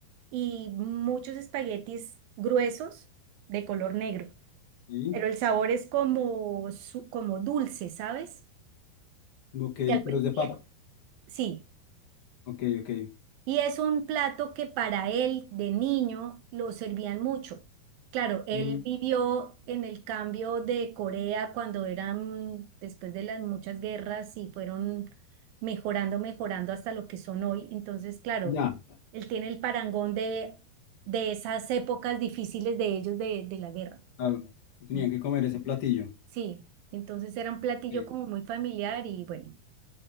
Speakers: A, on the right (about 75°); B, on the left (about 55°).
A: y muchos espaguetis gruesos de color negro.
B: sí.
A: Pero el sabor es como, su- como dulce, ¿sabes?
B: Ok,
A: Que al- prin-
B: pero es de papa.
A: sí,
B: Ok, ok.
A: Y es un plato que para él de niño lo servían mucho. Claro, él
B: Mm,
A: vivió en el cambio de Corea cuando eran, después de las muchas guerras y fueron mejorando, mejorando hasta lo que son hoy. Entonces, claro,
B: ya,
A: él tiene el parangón de, de esas épocas difíciles de ellos de, de la guerra.
B: claro. Tenían
A: ¿no?
B: que comer ese platillo.
A: Sí, entonces era un platillo
B: Ok.
A: como muy familiar y bueno.